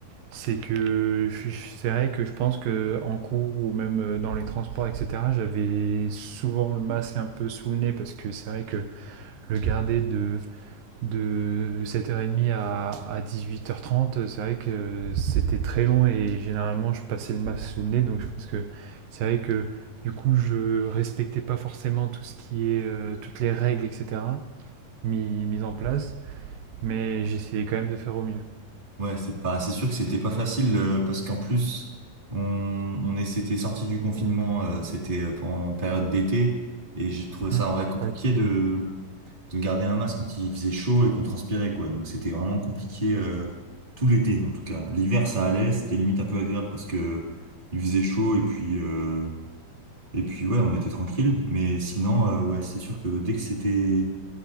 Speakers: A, on the right; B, on the right.
A: c'est que je suis c'est vrai que je pense que en cours ou même, heu, dans les transports et cetera, j'avais souvent le masque un peu sous le nez parce que c'est vrai que le garder de de 7h30 à, à huit heures trente c'est vrai que c'était très long et généralement je passais le masque sous le nez, donc je pense que c'est vrai que du coup je respectais pas forcément tout ce qui est euh, toutes les règles, etc. mis- mises en place, mais j'essayais quand même de faire au mieux.
B: Ouais, c'est pas, c'est sûr que c'était pas facile euh, parce qu'en plus on, on est, c'était sorti du confinement, euh, c'était en période d'été et j'ai trouvé ça
A: Hmm.
B: en vrai compliqué
A: C'est vrai qu'il-
B: de
A: y a du-
B: de garder un masque quand il faisait chaud et qu'on transpirait quoi. Donc c'était vraiment compliqué euh, tout l'été en tout cas. L'hiver ça allait, c'était limite un peu agréable parce que il faisait chaud et puis euh, et puis ouais, on était tranquille. Mais sinon euh, ouais, c'est sûr que dès que c'était,